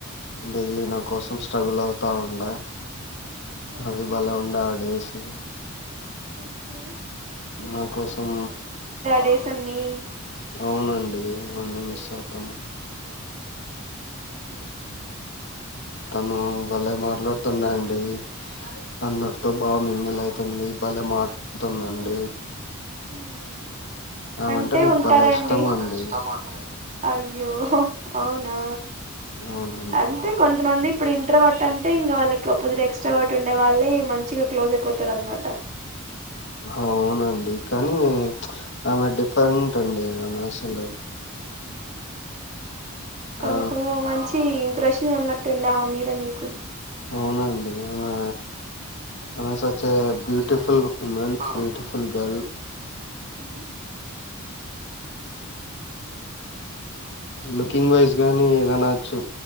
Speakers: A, on the left; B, on the right.
A: డైలీ నా కోసం స్ట్రగుల్ అవుతా ఉండ
B: ఓకే
A: అవి బలే ఉండ ఆ డేస్
B: ఒకే
A: ఆ కోసం
B: డేస్ అన్నీ
A: అవునండి ఇవన్నీ మిస్ అవుతాము
B: అ
A: తను భలే మాట్లాడుతున్నా అండి అందరితో బాగా మింగిల్ అవుతుంది భలే మాట్లాడుతుందండి
B: అ
A: ఆమంటే
B: అంటే
A: నాకు
B: ఉంటారంండి
A: భలే ఇష్టం
B: అ
A: అండి
B: అయ్యో అవునా
A: అవును
B: అంతే కొంతమంది ఇప్పుడు ఇంట్రె వట్టంటే ఇంకా వాళకి ఒక పది ఎక్స్ట్రా ఒకట్టి ఉండే వాళ్ళే మంచి మంచిగా క్లోజ్ అయిపోతారనమాట
A: అవునండి కానీ ఆమే డిఫరెంట్ అండి అమే అసలు ఆ
B: ఓహో మంచి ఇంప్రెషన్ ఉన్నట్టుంది ఆమె మీద మీకు
A: అవునండి ఆమె ఆ సచ్ ఏ
B: ఆమె such
A: beautiful
B: a beautiful
A: woman beautiful
B: woman
A: girl
B: beautiful girl uh
A: looking wise గాని ఏదనా చ